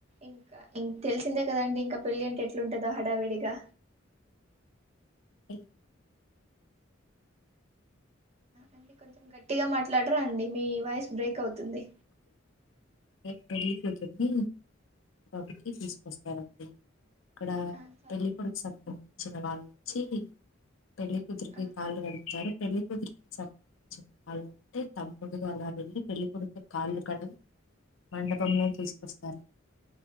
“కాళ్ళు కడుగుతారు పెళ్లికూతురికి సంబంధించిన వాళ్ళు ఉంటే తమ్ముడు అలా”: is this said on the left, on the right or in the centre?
Left